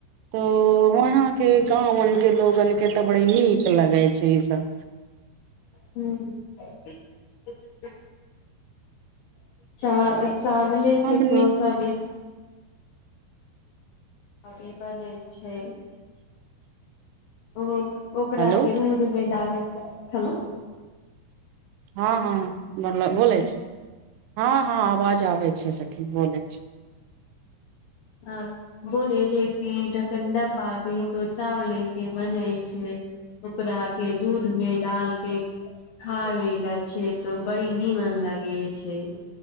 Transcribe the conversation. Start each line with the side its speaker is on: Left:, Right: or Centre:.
Right: तऽ। वहां के गांव आ के लोगन के तऽ बड़ नीक लगे छै इ सब।
Left: <unintelligible> च, चावले
Right: हमनी
Left: के डोसा भी अभ ई बनै छैय। ओ। ओकरा
Right: हेलो
Left: के राउड में डाल हेलोवीन।
Right: हँ हँ मतलब बोल बोलै छैय हँ हँ आवाज आबै छैय सखिन बोलै छैय।
Left: आ बोले है कि ढकनडबाभी तो चावले के बनै छैय ओकरा के दूध मे डाल के खएे ल छै तो बड़ी नीमन लागे छैय।